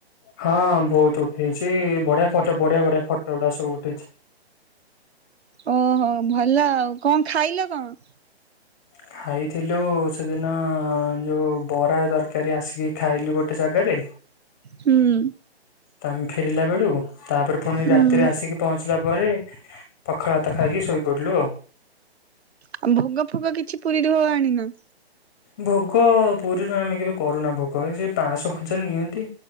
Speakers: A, in the centre; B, on the right (about 75°).
A: ହଁ ବହୁତ ଉଠେଇଛି ବଢିଆ ଫଟୋ ବଢିଆ ବଢିଆ ଫଟୋ ଗୁଡା ସବୁ ଉଠିଛି।
B: ଓହୋ ଭଲ ଆଉ କଣ ଖାଇଲ କଣ?
A: ଖାଇଥିଲୁ ସେଦିନ ଯୋଉ ବରା ତରକାରୀ ଆସିକି ଖାଇଲୁ ଗୋଟେ ଗୋଟେ ଜାଗାରେ
B: ହୁଁ।
A: ତାପରେ ଫେରିଲା ବେଳକୁ ତାପରେ ପୁଣି
B: ହୁଁ।
A: ରାତିରେ ଆସିକି ପହଞ୍ଚିଲା ପରେ ପଖାଳ ଭାତ ଖାଇକି ଶୋଇପଡିଲୁ ଆଉ।
B: ଆଉ ଭୋଗ ଫୋଗ କିଛି ପୁରୀରୁ ଆଣିନ।
A: ଭୋଗ ପୁରୀରୁ ଆମେ କେବେ କରୁନା ଭୋଗ ସେ ପାଞ୍ଚଶହ ହଜାର ନିଅନ୍ତି।